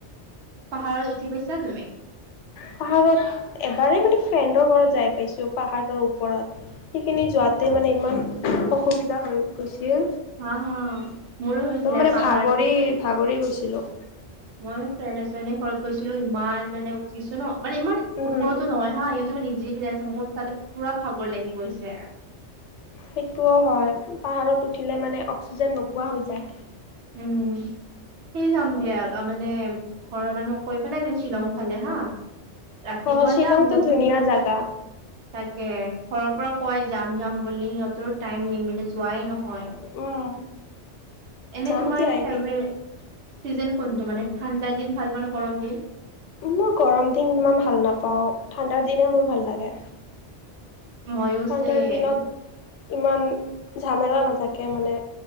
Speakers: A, on the right (about 75°); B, on the left (about 85°).
A: পাহাৰত উঠি পাইছা তুমি।
B: পাহাৰত এবাৰেই মানে ফ্ৰেণ্ডৰ ঘৰত যায় পাইছো পাহাৰৰ ওপৰত। সেইখিনি যোৱাতে মানে ইমান অসুবি বিধা হৈ গৈছিল,
A: হা হা
B: তেতিয়া
A: মোৰো হৈছিলে
B: মানে
A: পাহাৰ
B: ভাগৰি- ভাগৰি গৈছিলো।
A: মইও ফ্ৰেণ্ড এজনিৰ ঘৰত গৈছিলো, ইমান মানে উঠিছোঁ ন, মানে ইমান
B: উম
A: ওপৰতো নহয় হা, ইহঁতে ইমান নিজে <unintelligible> আছে মোৰ তাতে পোৰা ভাগৰ লাগি গৈছে।
B: সেইটোও হয়, পাহাৰত উঠিলে মানে অক্সিজেন নোপোৱা হৈ যায়।
A: উম। সেই যাম দিয়া, অ মানে ঘৰৰ মানুহক কৈ পেলাই ডেন শ্বিলং ফালে হা। ৰাতিপুৱা
B: অ শ্বিলংতো
A: যাম গধূলি
B: ধুনীয়া
A: মানে
B: জাগা
A: তাকে, ঘৰৰ পৰা কয় যাম- যাম বুলি, সিহঁতৰো টাইম নিমিলে যোৱাই নহয়।
B: উম।
A: এনে
B: যাম
A: তোমাৰ
B: দিয়া
A: <unintelligible>
B: এদিন
A: চিজন কোনটো মানে ঠাণ্ডা দিন ভাল পোৱা নে গৰম দিন।
B: মই গৰম দিন ইমান ভাল নাপাওঁ, ঠাণ্ডাৰ দিনে মোৰ ভাল লাগে।
A: মইয়ো
B: ঠাণ্ডাৰ
A: চেম
B: দিনত ইমান ঝামেলা নাথাকে মানে।